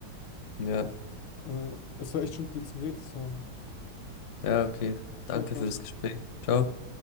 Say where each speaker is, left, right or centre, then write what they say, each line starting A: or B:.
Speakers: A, on the left (about 70°); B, on the left (about 85°).
A: Ja,
B: Äh, es war echt schön, mit dir zu geredet zu haben.
A: ja, okay. Danke
B: Ciao, ciao.
A: für das Gespräch. Ciao.
B: Jo.